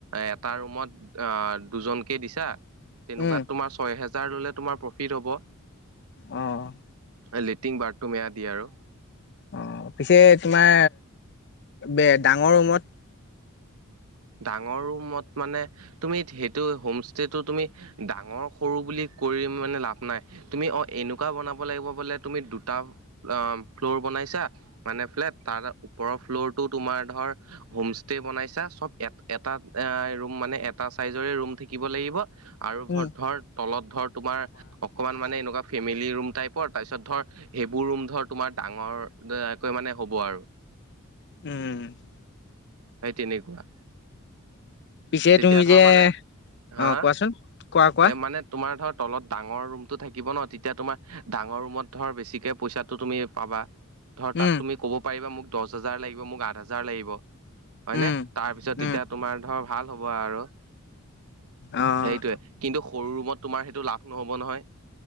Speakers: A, on the right; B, on the left.
A: এটা ৰুমত অ' দুজনকে দিছা তেনেকুৱাত
B: উম,
A: তোমাৰ ছয় হেজাৰ ল'লে, তোমাৰ প্ৰফিট হ'ব।
B: অহ'।
A: লেট্ৰিন, বথৰুম এয়া দিয়ে আৰু।
B: অ' পিছে তোমাৰ বে, ডাঙৰ ৰুমত।
A: ডাঙৰ ৰুমত মানে তুমি সেইটো হোম ষ্টেটো তুমি, ডাঙৰ সৰু বুলি কৰি মানে লাভ নাই। তুমি অ' এনেকুৱা বনাব লাগিব বোলে তুমি, দুটা অ' ফ্ল'ৰ বনাইছা মানে ফ্লেট, তাৰ ওপৰৰ ফ্ল'ৰটো তোমাৰ ধৰ হোমষ্টে বনাইছা চব এ-এটা এ ৰুম মানে, এটা চাইজৰে ৰুম থাকিব লাগিব আৰু
B: উম,
A: ধ-ধৰ তলত ধৰ তোমাৰ অকমান মানে এনেকুৱা ফেমিলি ৰুম টাইপৰ তাৰপিছত ধৰ, সেইবোৰ ৰুম ধৰ তোমাৰ ডাঙৰকৈ মানে হ'ব আৰু।
B: উম, উম, উম।
A: ভাই তেনেকুৱা।
B: পিছে
A: তেতিয়া
B: তুমি
A: ধৰ
B: যে
A: মানে হা,
B: অ', কোৱাচোন কোৱা কোৱা
A: এ মানে তোমাৰ ধৰ তলত ডাঙৰ ৰুমটো থাকিব ন, তেতিয়া তোমাৰ ডাঙৰ ৰুমত ধৰ বেছিকে পইচাটো তুমি পাবা ধৰ
B: উম,
A: তাত তুমি ক'ব পাৰিবা, মোক দহ হাজাৰ লাগিব মোক আঠ হাজাৰ লাগিব। হয়নে
B: উম।
A: তাৰ পিছত তেতিয়া
B: উম,
A: তোমাৰ ধৰ ভাল হ'ব আৰু,
B: অ',
A: সেইটোৱে। কিন্তু সৰু ৰুমত তোমাৰ সেইটো লাভ নহ'ব নহয়।